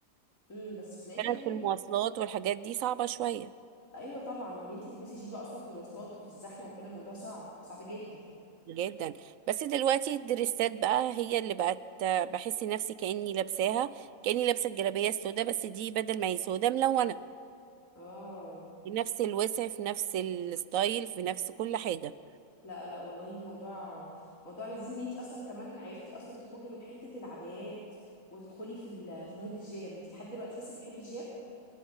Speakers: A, on the left; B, on the right.
A: امم بس تلاقيكي
B: كانت
A: يعني
B: في المواصلات والحاجات دي صعبة شوية
A: ايوه طبعا ان انت تلبسي جيبه اصلا في مواصلات وفي الزحمه وكده الموضوع صعب صعب جدا
B: جدا بس دلوقتي الدريسات بقى هي اللي بقت آه، بحس نفسي كأني لابساها كأني لابسة الجلابية السوداء بس دي بدل ما هي سوداء ملونة
A: اه
B: في نفس الوسع في نفس الستايل في نفس كل حاجة
A: لا لا والله موضوع موضوع لذيذ ان انت اصلا كمان عرفتي اصلا تخرجي من حته العبايات وتدخلي في ال... في مود الجياب انت لحد دلوقتي لسه بتحبي الجياب